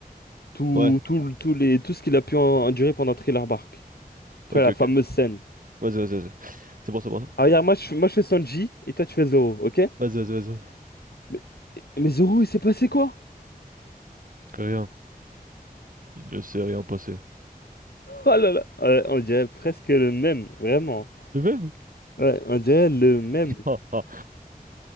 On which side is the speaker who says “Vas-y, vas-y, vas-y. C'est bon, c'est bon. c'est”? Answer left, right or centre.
Right